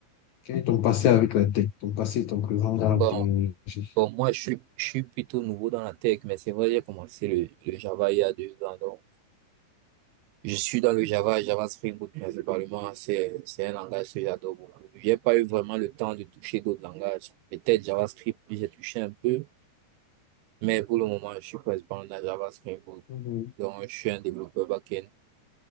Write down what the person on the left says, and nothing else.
quel est ton passé avec la tech, ton passé et ton présent dans
la technologie?
Mhm.